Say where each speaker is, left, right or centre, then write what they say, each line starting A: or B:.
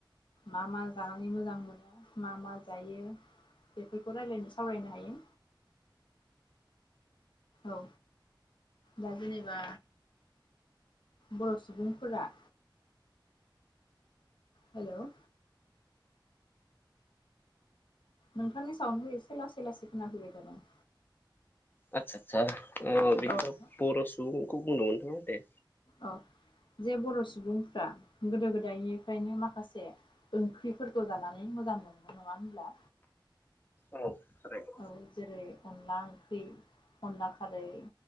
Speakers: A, on the left; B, on the left.
A: मा मा जानानै मोजां मोनो मा मा जायो बेफोरखौ रायलायनो सावरायनो हायो औ दा जेनेबा बर' सुबुंफोरा हेलौ नोंथांनि साउन्डखौ एसे लासै लासै खोनाफैबाय थादों
B: आतसा आतसा अ बिदिबा
A: औ
B: बर सुबुं <unintelligible>
A: औ जे बर' सुबुंफ्रा गोदो गोदायनिफ्रायनो माखासे ओंख्रिफोरखौ जानानै मोजां मोनो नङा होनब्ला
B: औ थारैनो
A: औ जेरै अनला ओंख्रि अनला खारै